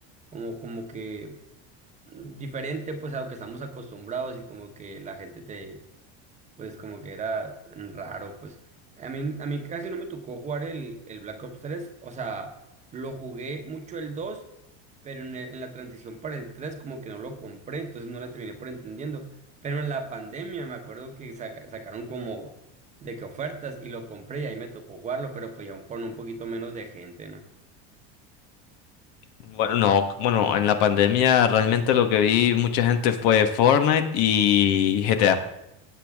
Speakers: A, on the right; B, on the left.
A: como, como que mm, diferente pues a lo que estamos acostumbrados y como que la gente te pues como que era raro, pues. A mí, a mí casi no me tocó jugar el, el Black Ops tres o sea, lo jugué mucho el dos pero en, el- en la transición para el 3 como que no lo compré, entonces no la terminé por entendiendo. Pero en la pandemia me acuerdo que saca- sacaron como de que ofertas y lo compré y ahí me tocó jugarlo, pero pues ya un- con un poquito menos de gente, ¿no?
B: Bueno, no, bueno, en la pandemia realmente lo que vi mucha gente fue Fortnite y GTA.